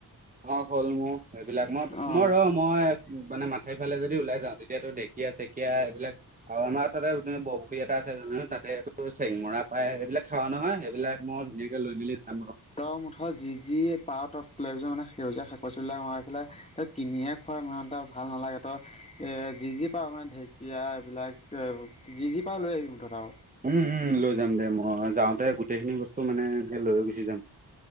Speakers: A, on the right; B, on the left.
A: অঁ', কলমৌ এইবিলাক মই
B: অ
A: ম ৰম। মই মানে মাথাউৰি ফালে যদি ওলাই যাওঁ তেতিয়াতো ঢেকীয়া-চেকীয়া এইবিলাক- আৰু আমাৰ তা'তে বৰপুখুৰী এটা আছে তা'তেটো চেংমৰা পায় সেইবিলাক খাওঁ নহয়। সেইবিলাক মই ধুনীয়াকৈ লৈ মেলি যাম আৰু।
B: তৰ মুঠতে যি যি পাওঁ তই লিছ মানে সেউজীয়া শাক-পাচলিবিলাক ভৰাই পেলাই- কিনিহে খোৱা ইমানতা ভাল নালাগে, তই- এ যি যি পাওঁ মানে ঢেঁকীয়া এইবিলাক যি যি পাওঁ লৈ আহি মুঠতে আৰু।
A: উমঁ-উমঁ, লৈ যাম দে, মই যাওঁতে গোটেইখিনি বস্তু মানে লৈ গুচি যাম।